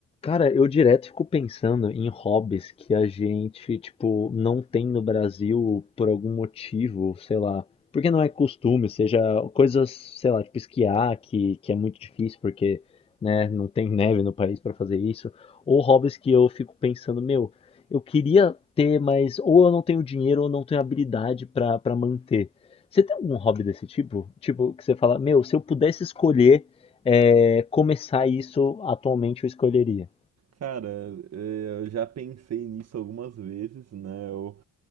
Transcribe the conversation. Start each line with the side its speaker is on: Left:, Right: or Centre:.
Left: Cara, eu direto fico pensando em hobbies que a gente, tipo, não tem no Brasil por algum motivo, sei lá. Porque não é costume, seja coisas, sei lá, tipo esquiar, que, que é muito difícil porque, né, não tem neve no país pra fazer isso. Ou hobbies que eu fico pensando, meu, eu queria ter, mas ou eu não tenho dinheiro ou não tenho habilidade pra para manter. Você tem algum hobby desse tipo? Tipo, que você fala, meu, se eu pudesse escolher, é, começar isso, atualmente eu escolheria.
Right: Cara, eh, eu já pensei nisso algumas vezes, né? Eu